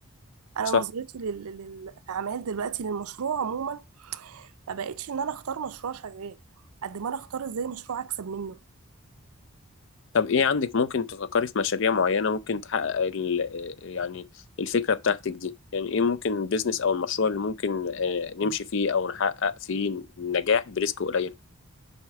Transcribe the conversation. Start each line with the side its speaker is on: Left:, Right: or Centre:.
Right: أنا
Left: صح
Right: نظرتي لل- لل- للأعمال دلوقتي للمشروع عموما ما بقتش ان انا اختار مشروع شغال قد ما انا اختار ازاي مشروع اكسب منه
Left: طب ايه عندك ممكن تفكري في مشاريع معينة ممكن تحقق ال آه، يعني الفكرة بتاعتك دي يعني ايه ممكن البيزنس او المشروع اللي ممكن آه، نمشي فيه او نحقق فيه نجاح بريسك قليل